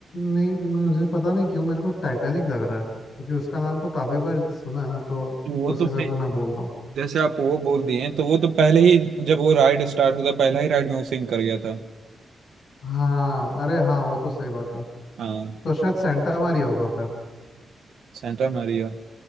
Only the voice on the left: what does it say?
नहीं मुझे पता नहीं क्यों मेरे को टाइटैनिक लग रहा है क्योंकि उसका नाम तो काफी बार सुना है ना तो
उस
हिसाब
से मैं बोल रहा हूँ
हाँ अरे हाँ वो तो सही बात है
तो शायद सेंटा मारी होगा फिर